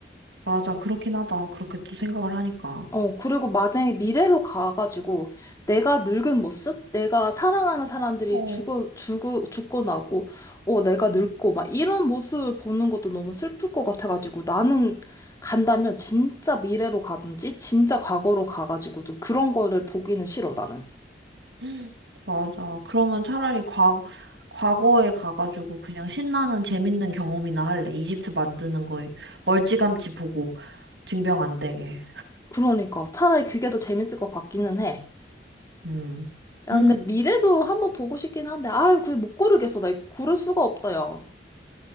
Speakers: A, on the right (about 80°); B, on the left (about 20°).
A: 맞아, 그렇긴 하다. 그렇게 또 생각을 하니까.
B: 어, 그리고 만약에 미래로 가가지고 내가 늙은 모습? 내가 사랑하는 사람들이
A: 어,
B: 죽어, 죽어, 죽고 나고, 어, 내가 늙고 막 이런 모습 보는 것도 너무 슬플 것 같아가지고 나는 간다면 진짜 미래로 가든지 진짜 과거로 가가지고 좀 그런 거를 보기는 싫어, 나는.
A: 음, 맞아. 그러면 차라리 과, 과거에 가가지고 그냥 신나는 재밌는 경험이나 할래. 이집트 만드는 거 멀찌감치 보고 증병 안 되게.
B: 그러니까 차라리 그게 더 재밌을 것 같기는 해.
A: 음.
B: 야,
A: 음,
B: 근데 미래도 한번 보고 싶긴 한데, 아유, 그걸 못 고르겠어. 나 이거 고를 수가 없다, 야.